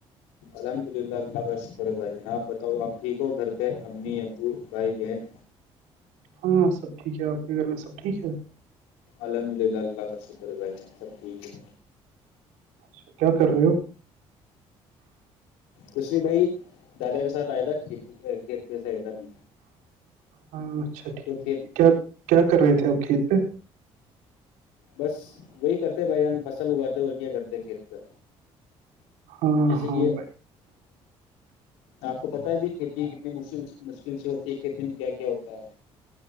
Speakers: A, on the left; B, on the right.
A: الحمد للہ اللہ کا شکر بھائی جا آب بتاؤ آپ ٹھیک ہو گھر پہ امی ابو بھائی بہن
B: ہاں سب ٹھیک ہے آپ کے گھر میں سب ٹھیک ہے
A: الحمد للہ اللہ کا شکر بھائی سب ٹھیک ہے
B: اچھا کیا کر رہے ہو
A: کچھ بھی بھائی دادا کے ساتھ آئے تھا کھیت میں سے آ تھا بھی
B: ہاں اچھا ٹھیک
A: کھیت
B: ٹھیک کیا کیا کر رہے تھے آپ کھیت پہ
A: بس وہی کرتے بھائی جان فصل اگاتے اور کیا کرتے ہیں کھیت کا
B: ہاں
A: جیسے
B: ہاں
A: کہ
B: بھائی
A: آپ کو پتہ ہے بھی کھیتی کتنی مشکل مشکل سے ہوتی ہے کھیتی میں کیا کیا ہوتا ہے